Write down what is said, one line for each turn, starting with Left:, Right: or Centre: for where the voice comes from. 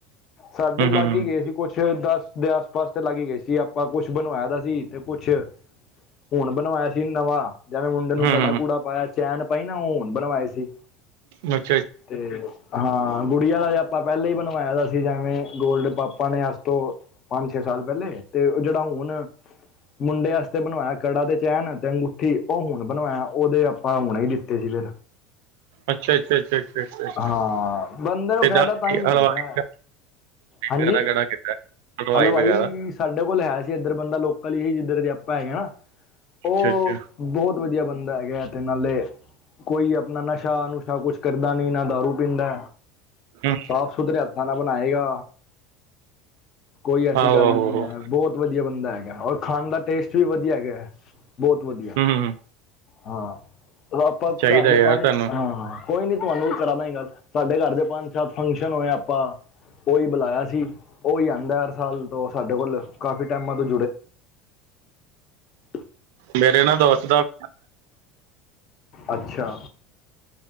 Left: ਸਾਡੇ
Right: ਹੂੰ
Left: ਲੱਗ
Right: ਹੂੰ ਹੂੰ
Left: ਹੀ ਗਏ ਸੀ ਕੁਝ ਦੱਸ- ਦੇ ਆਸ ਪਾਸ ਤੇ ਲੱਗ ਗਈ ਸੀ। ਆਪਾਂ ਕੁਛ ਬਣਵਾਤਆ ਸੀ ਤੇ ਕੁਛ ਹੁਣ ਬਣਵਾਇਆ ਜੀ ਨਵਾਂ। ਜੈਵੇਂ ਮੁੰਡੇ ਨੂੰ
Right: ਹੂੰ
Left: ਕੜਾ-ਕੁੜਾ
Right: ਹੂੰ,
Left: ਪਾਇਆ ਚੈਨ ਪਾਈ ਨਾ ਉਹ ਹੁਣ ਬਣਵਾਏ ਸੀ।
Right: <inaudible>
Left: ਤੇ ਹਾਂ ਗੁੜੀਆ ਦਾਸ ਜੀ ਆਪਾਂ ਪਹਿਲੇ ਬਣਵਾਇਆ ਸੀ ਜਿਵੇਂ ਗੋਲਡ ਪਾਪਾ ਨੇ ਅੱਜ ਤੋਂ ਪੰਜ ਛੇ ਸਾਲ ਪਹਿਲੇ। ਤੇ ਜਿਹੜਾ ਹੁਣ ਮੁੰਡੇ ਵਾਸਤੇ ਬਣਾਇਆ ਕੜਾ ਤੇ ਚੈਨ ਤੇ ਅੰਗੂਠੀ ਉਹ ਹੁਣ ਬਣਵਾਇਆ ਉਹਦੇ ਆਪਾਂ ਹੁਣੇ ਹੀ ਦਿੱਤੇ ਸੀ। <inaudible>
Right: ਅੱਛਾ ਅੱਛਾ ਅੱਛਾ ਅੱਛਾ ਅੱਛਾ ਅੱਛਾ।
Left: ਹਾਂ ਬੰਦੇ ਨੂੰ
Right: ਤੇ
Left: ਫਾਇਦਾ
Right: ਦਾਲ
Left: ਤਾਂ ਹੀ ਹੁੰਦਾ।
Right: ਹਲਵਾਈ ਦਾ
Left: ਹਾਂਜੀ
Right: ਵਗੈਰਾ ਕਿਹੜਾ ਕੀਤਾ
Left: ਹਲਵਾਈ
Right: ਵਗੈਰਾ
Left: ਸਾਡੇ ਕੋਲ ਹੈ ਸੀ ਇਧਰ ਬੰਦਾ ਲੋਕਲ ਜਿੱਧਰ ਆਪਾਂ ਹੈਗੇ ਆ ਨਾ
Right: ਅੱਛਾ
Left: ਉਹ
Right: ਅੱਛਾ
Left: ਬਹੁਤ ਵਧੀਆ ਬੰਦਾ ਤੇ ਨਾਲੇ ਕੋਈ ਆਪਣਾ ਨਸ਼ਾ ਨੁਸ਼ਾ ਕੁਝ ਕਰਦਾ ਨਹੀਂ ਨਾ ਦਾਰੂ ਪੀਂਦਾ
Right: ਹੂੰ
Left: ਸਾਫ ਸੁਥਰੇ ਹੱਥ ਥਾਂ ਨਾਲ ਬਣਾਏਗਾ ਕੋਈ ਐਸੀ
Right: ਆਹੋ
Left: ਗੱਲ
Right: ਆਹੋ
Left: ਨਹੀਂ
Right: ਆਹੋ
Left: ਹੈ ਬਹੁਤ ਵਧੀਆ ਬੰਦਾ ਹੈਗਾ ਹੋਰ ਖਾਣ ਦਾ ਟੇਸਟ ਵੀ ਵਧੀਆ ਹੈਗਾ ਬਹੁਤ ਵਧੀਆ
Right: ਹੂੰ ਹੂੰ
Left: ਹਾਂ ਆਪਾਂ
Right: ਚਾਹੀਦਾ
Left: ਘਰ ਦੇ
Right: ਯਾਰ
Left: ਕੋਈ
Right: ਤੁਹਾਨੂੰ
Left: ਨਹੀਂ ਤੁਹਾਨੂੰ ਕਰਾਦਾ ਗੱਲ ਸਾਡੇ ਘਰ ਦੇ ਪੰਜ ਸੱਤ ਫੰਕਸ਼ਨ ਹੋਏ ਆਪਾਂ ਉਹ ਇਹ ਬੁਲਾਇਆ ਸੀ ਉਹ ਆਂਦਾ ਹਰ ਸਾਲ ਉਹ ਸਾਡੇ ਕੋਲ ਕਾਫੀ ਟਾਈਮ ਤੋਂ <inaudible>
Right: ਮੇਰੇ ਨਾ ਦੋਸਤ ਦਾ <inaudible>
Left: ਅੱਛਾ